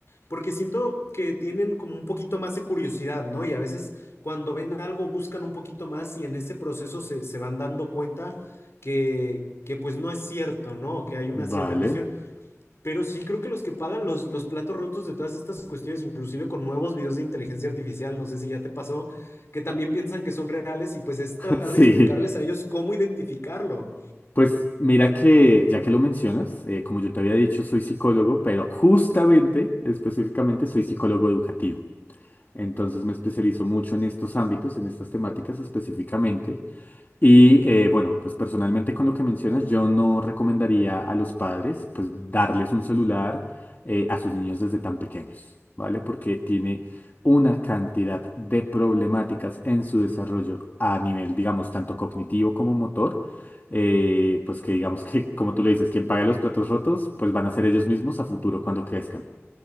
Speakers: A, on the left (about 60°); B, on the left (about 40°).
A: porque siento que tienen como un poquito más de curiosidad, ¿no? Y a veces cuando ven algo buscan un poquito más y en ese proceso se, se van dando cuenta que, que pues no es cierto, ¿no? Que hay una
B: vale.
A: cierta cuestión. Pero sí creo que los que pagan los, los platos rotos de todas estas cuestiones, inclusive con nuevos videos de inteligencia artificial, no sé si ya te pasó, que también piensan que son reales y pues es
B: <laughs>
A: tratar
B: Sí.
A: de explicarles a ellos cómo identificarlo.
B: Pues mira que, ya que lo mencionas, eh, como yo te había dicho, soy psicólogo, pero justamente, específicamente, soy psicólogo educativo. Entonces me especializo mucho en estos ámbitos, en estas temáticas específicamente. Y eh, bueno, pues personalmente con lo que mencionas, yo no recomendaría a los padres pues darles un celular eh, a sus niños desde tan pequeños, ¿vale? Porque tiene una cantidad de problemáticas en su desarrollo a nivel, digamos, tanto cognitivo como motor, eh, pues que digamos que, como tú le dices, quien paga los platos rotos, pues van a ser ellos mismos a futuro cuando crezcan.